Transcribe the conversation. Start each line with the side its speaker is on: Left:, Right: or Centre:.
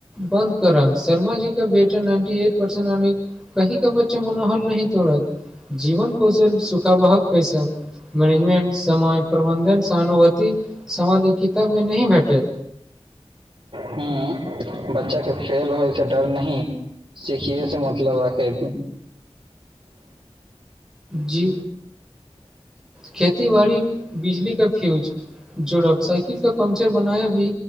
Centre: बन्द कर‌ऽ शर्मा जी के बेटा नाइन्टी एट परसेन आनि कही के बच्चा कोनो हम नहि जीवन कौशल सुखाावाहक पैसा मैनेजमेंट समाज प्रबंधन सँ अनुभूति समाधि किताब मे नहि भेटे
Right: हू बच्चा के फेल होय से डर नहि सिखए से मतलब रखैत
Centre: जी खेती बाड़ी बिजली कथी होय छै जोड़व साइकिल कऽ पंकचर बनाय भी